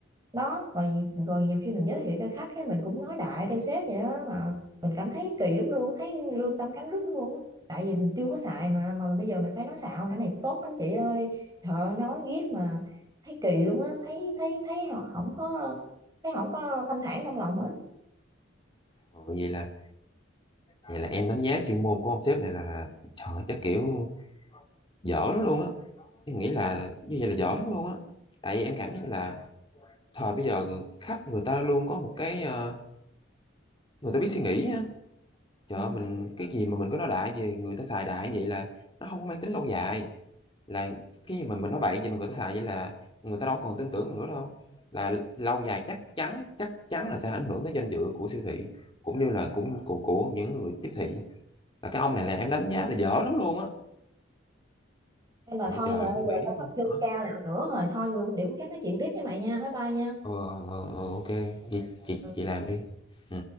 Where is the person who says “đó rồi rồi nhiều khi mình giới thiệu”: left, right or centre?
Right